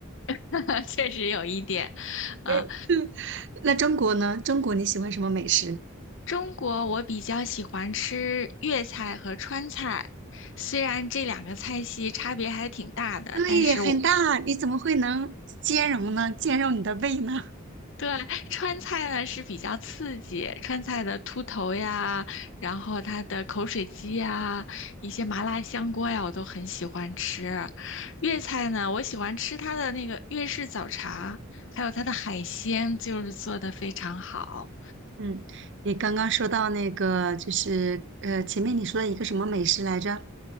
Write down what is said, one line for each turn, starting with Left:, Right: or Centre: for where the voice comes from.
Left: <laughs> 确实有一点。啊。
Right: 嗯，<laughs> 那中国呢？中国你喜欢什么美食？
Left: 中国我比较喜欢吃粤菜和川菜，虽然这两个菜系差别还挺大的，
Right: 对，
Left: 但是我
Right: 很大，你怎么会能兼容呢？兼容你的胃呢？
Left: 对川菜呢是比较刺激，川菜的秃头呀，然后它的口水鸡呀，一些麻辣香锅呀，我都很喜欢吃。粤菜呢，我喜欢吃它的那个粤式早茶，还有它的海鲜，就是做的非常好。
Right: 嗯，你刚刚说到那个，就是呃，前面你说的一个什么美食来着？